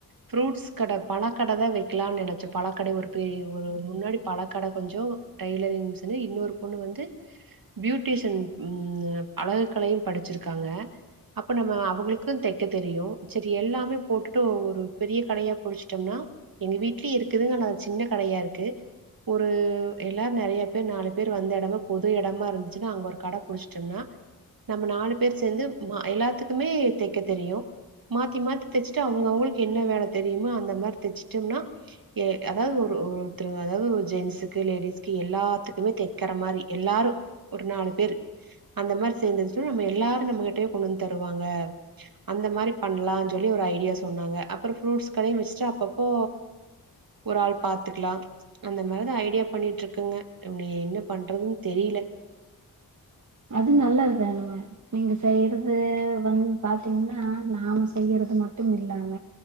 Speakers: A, on the right; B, on the right.
A: ஃப்ரூட்ஸ் கட பழக்கடதா வைக்கலாம்னு நினைச்சோ பழக்கட ஒரு பெரிய ஒரு முன்னாடி பல கட கொஞ்ச டைலரிங் மிஷு இன்னொரு பொண்ணு வந்து பியூட்டிசியன் ம் அழகுகளையும் படிச்சிருக்காங்க அப்ப நம்ம அவங்களுக்கும் தைக்க தெரியும் சேரி எல்லாமே போட்டுட்டு ஒரு பெரிய கடயா பொடிச்சு புடிச்சும்ன்னா எங்க வீட்லயு இருக்குதுங்க ஆனா சின்ன கடையா இருக்கு ஒரு எல்லாரு நெறைய பேர் நாலு பேர் வந்த இடமா பொது இடமா இருந்துச்சுன்னா அங்க ஒரு கட புடிச்சட்டோம்னா நம்ம நாலு பேர் சேர்ந்து அ எல்லாத்துக்குமே தைக்க தெரியும் மாத்தி மாத்தி தைச்சுட்டு அவங்கவுங்களுக்கு என்ன வேல தெரியுமோ அந்த மாதிரி தைச்சுட்டம்னா அதாவது ஒரு ஒருத்த அதாவது ஜென்ஸுக்கு லேடிஸ்க்கு எல்லாத்துக்குமே தைக்கிற மாதிரி எல்லாரும் ஒரு நாலு பேர் அந்த மாதிரி சேர்ந்துச்சுா நம்ம எல்லாரு நம்மகிட்டயே கொண்டு வந்து தருவாங்க அந்த மாதிரி பண்ணலான் சொல்லி ஒரு ஐடியா சொன்னாங்க அப்பற ஃப்ரூட்ஸ் கடையு வச்சுட்டு அப்பப்போ ஒரு ஆள் பாத்துக்கலா அந்த மாதிரிதா ஐடியா பண்ணிட்டு இருக்கங்க இ நீ என்ன பண்றதுன்னு தெரில
B: அது நல்லதுதானானங்க நீங்க செய்யறது வந்து பாத்தீங்கன்னா நாம செய்யறது மட்டும் இல்லாம